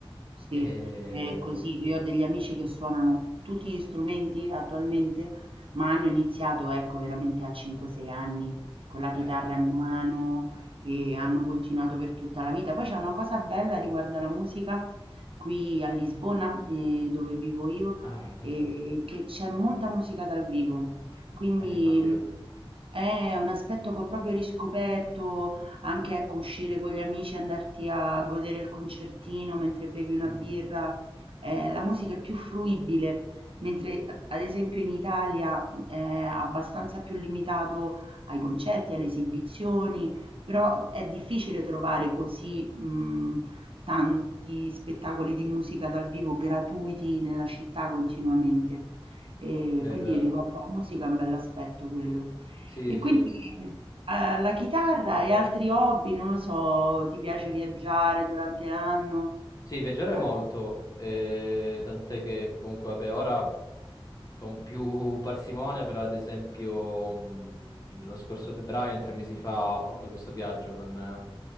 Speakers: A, on the right; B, on the left.
A: Sì,
B: E,
A: è così. Io ho degli amici che suonano tutti gli strumenti attualmente, ma hanno iniziato, ecco, veramente a 5-6 anni con la chitarra
B: eh,
A: in mano e hanno continuato per tutta la vita. Poi c'è una cosa bella riguardo alla musica qui a Lisbona, eh, dove vivo io,
B: ah, bello,
A: eh, che c'è molta musica dal vivo. Quindi
B: Eh, immagino.
A: mh, è un aspetto che ho proprio riscoperto anche ecco uscire con gli amici, andarti a godere il concertino mentre bevi una
B: Mhm,
A: birra, ehm, la musica è più fruibile, mentre a ad esempio in Italia eh, è abbastanza più limitato ai concerti, alle esibizioni, però è difficile trovare così, mhmm, tanti spettacoli di musica dal vivo gratuiti nella città continuamente. Ehm,
B: È
A: quindi
B: vero.
A: riguardo alla musica è un bell'aspetto quello.
B: Sì,
A: E quindi,
B: sì.
A: ehm, la chitarra e altri hobby, non lo so, ti piace viaggiare durante l'anno?
B: Sì, viaggiare
A: Fa
B: molto, eh, tant'è che comunque, vabbè, ora. con più parsimonia, però ad esempio mh, lo scorso febbraio, in tre mesi fa, ho fatto questo viaggio con, eh,